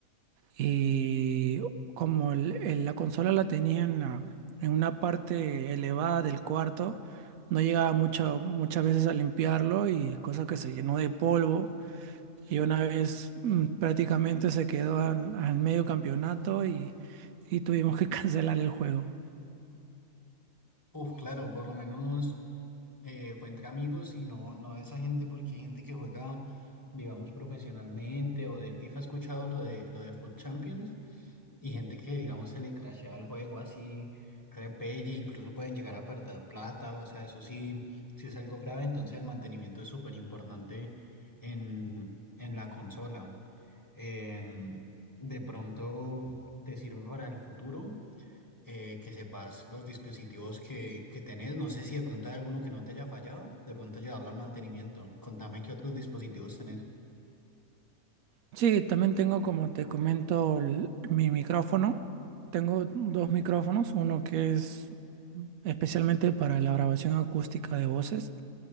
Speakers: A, on the right; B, on the left.
A: Y como el- el- la consola la tenía en, la- en una parte elevada del cuarto, no llegaba mucha- muchas veces a limpiarlo y cosa que se llenó de polvo. Y una vez mm, prácticamente se quedó al, al medio campeonato y, y tuvimos que <laughs> cancelar el juego.
B: Uf, claro, por lo menos eh, fue entre amigos y no, no de esa gente porque hay gente que juega, digamos, profesionalmente o del FIFA he escuchado lo de, lo de Foot Champions. Y gente que, digamos, se le crashea el juego así, repelle, incluso pueden llegar a perder plata, o sea, eso sí, sí es algo grave, entonces el mantenimiento es súper importante en, en la consola. Em, de pronto te sirve para el futuro, eh, que sepas los dispositivos que, que tenés, no sé si de pronto hay alguno que no te haya fallado, de pronto llevarlo al mantenimiento. Contame qué otros dispositivos tenés.
A: Sí, también tengo, como te comento, el- mi micrófono. Tengo dos micrófonos, uno que es especialmente para la grabación acústica de voces